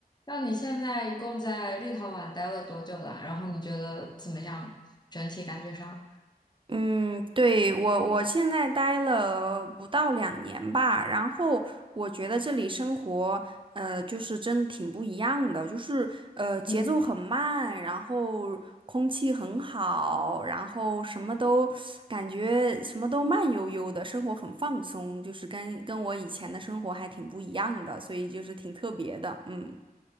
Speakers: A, on the left; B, on the right.
A: 那你现在一共在立陶宛待了多久啦？然后你觉得怎么样？整体感觉上？
B: 嗯，对，我我现在待了不到两年吧，然后我觉得这里生活，呃，就是真的挺不一样的，就是呃节奏很慢，
A: 嗯。
B: 然后空气很好，然后什么都感觉什么都慢悠悠的，生活很放松，就是跟跟我以前的生活还挺不一样的，所以就是挺特别的，嗯。